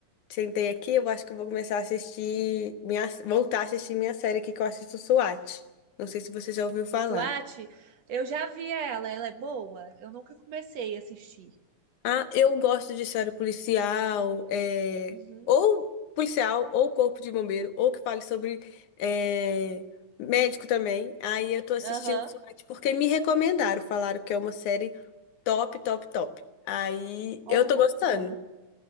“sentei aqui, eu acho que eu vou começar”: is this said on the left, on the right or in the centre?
Left